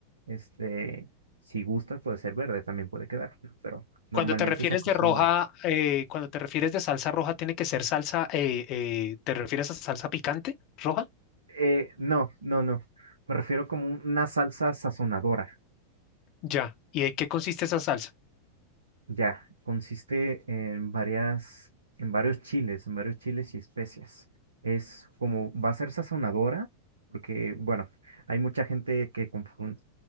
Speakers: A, on the right (about 75°); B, on the left (about 40°).
A: este, si gustas puede ser verde, también puede quedar, ¿no? pero normalmente
B: Cuando te refieres
A: se acostumbra.
B: de roja, eh, cuando te refieres de salsa roja, ¿tiene que ser salsa, eh, eh, te refieres a salsa picante roja?
A: Eh, no, no, no, me refiero como un- una salsa sazonadora,
B: Ya. ¿Y de qué consiste esa salsa?
A: Ya, consiste en varias, en varios chiles, en varios chiles y especias. Es como, va a ser sazonadora, porque, bueno, hay mucha gente que confunde,